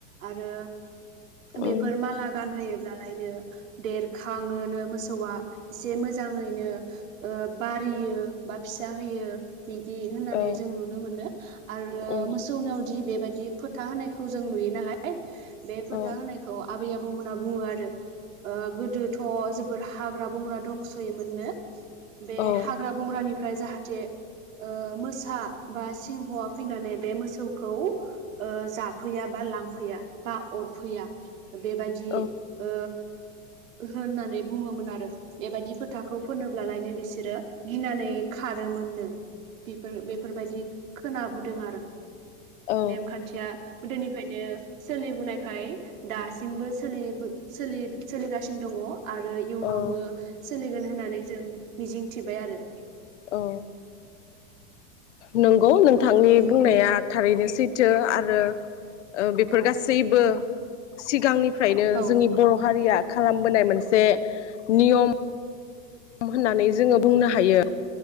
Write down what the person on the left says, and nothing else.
उम
औ
उम
औ
औ
औ
औ
औ
औ नंगौ नों थांनि
बुंनाया था थारैनो सैथो आरो ओ बिफोर
गासैबो सिगांनि फ्रायनो
जोंनि बर हारिया खालामबोनाय मोनसे नियम होननानै जोङो बुंनो हायो।